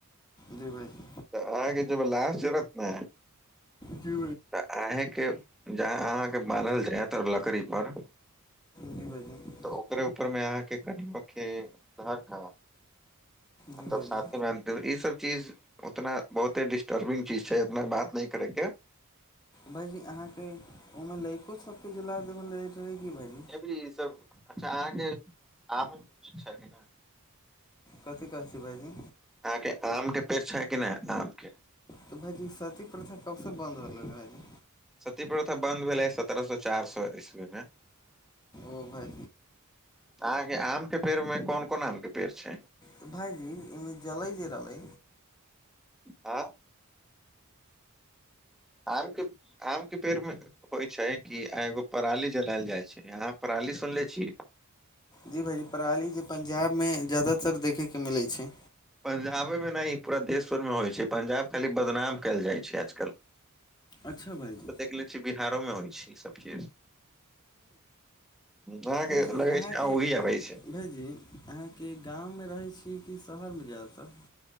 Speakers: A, on the left; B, in the centre.
A: जी भाइजी
B: तऽ अहाँके लास जरत ने
A: जी
B: आहां के ज अहाँके बानहल जायत लकड़ी पर
A: भ बाद <unintelligible>
B: तऽ ओकरे ऊपर मे अहाँके कट <unintelligible> धर खराब
A: जी
B: तब
A: भाइजी
B: साथेमे अनतै ई सब चीज उतना बहुते डिस टर्बिंग चीज छय इतना बात नय करय के
A: भायईजी अहाँ के ओमे लईको सब के जला देव रहे की भायजी
B: छोरु ई सब अच्छा अहाँके आम कि <unintelligible>
A: कथी कहै छी भाईजी
B: अहाँके आम के पेड़ छय कि नय आम के
A: तऽ भाईजी सती प्रथा कब से बन्द होल रह भाईजी
B: सती प्रथा बंन्द भेलै सत्रह सए चारि सए ईस्वी मे
A: ओ भाय
B: अहाँके आम के पेड़ मे कोन कोन आम के पेड़ छै
A: तऽ भाइजी एहिमे जलै जे रहलै
B: आँ आम के आम के पेड़ मे होइ छै कि एगो पराली जलायल जाइ छै अहाँ पराली सुनले छी
A: जी भाईजी पराली जे पंजाब मे ज्यदातर देखै के मिलै छै
B: पंजाबे मे नय पूरा देशभर मे होइ छै पंजाब खाली बदनाम कयल जाइ छै आजकल
A: अच्छा भाइजी
B: तऽ देख ले बिहारो मे होइ छै ई सभ चीज अहाँके
A: भाइजी
B: लगै
A: अहाँके
B: छै ओंगही अबै छै
A: भाइजी अहाँके गाम मे रहै छी कि शहर मे जादा तर